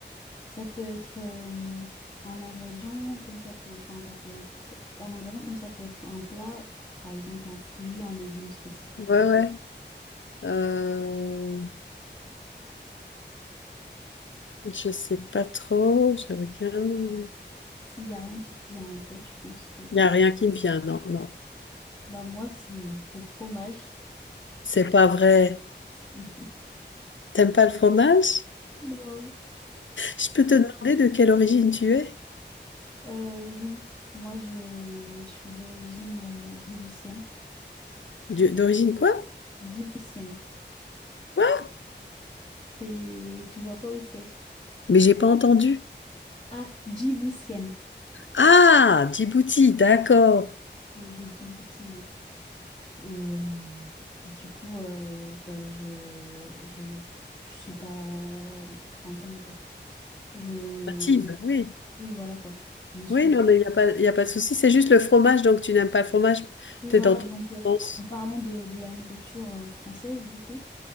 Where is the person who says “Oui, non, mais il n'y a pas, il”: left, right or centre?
Left